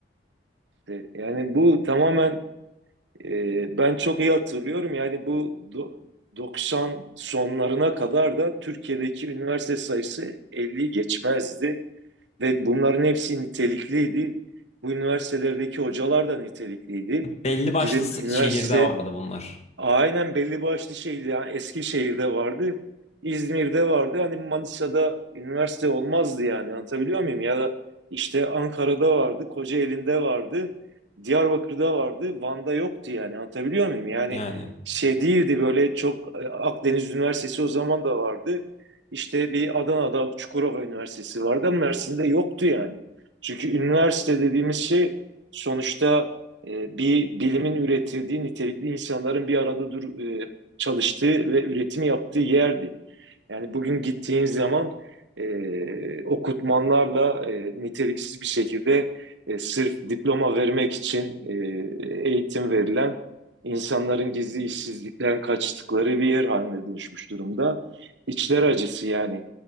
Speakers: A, on the right; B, on the left.
A: E, Yani bu tamamen e, ben çok iyi hatırlıyorum. Yani bu do- 90 sonlarına kadar da Türkiye'deki üniversite sayısı 50'yi geçmezdi. Ve bunların hepsi nitelikliydi. Bu üniversitelerdeki hocalar da nitelikliydi.
B: Belli başlı
A: Gidip
B: s-
A: üniversite
B: şehirde vardı bunlar.
A: Aynen belli başlı şeydi. Yani Eskişehir'de vardı, İzmir'de vardı. Hani Manisa'da üniversite olmazdı yani. Anlatabiliyor muyum? Ya da işte Ankara'da vardı, Kocaeli'nde vardı, Diyarbakır'da vardı, Van'da yoktu yani. Anlatabiliyor muyum? Yani
B: Yani.
A: şey değildi böyle çok e, Akdeniz Üniversitesi o zaman da vardı. İşte bir Adana'da Çukurova Üniversitesi vardı ama Mersin'de yoktu yani. Çünkü üniversite dediğimiz şey sonuçta e, bir bilimin üretildiği nitelikli insanların bir arada dur, e, çalıştığı ve üretimi yaptığı yerdi. Yani bugün gittiğiniz zaman e, okutmanlarla e, niteliksiz bir şekilde e, sırf diploma vermek için e, eğitim verilen insanların gizli işsizlikten kaçtıkları bir yer haline dönüşmüş durumda. İçler acısı yani.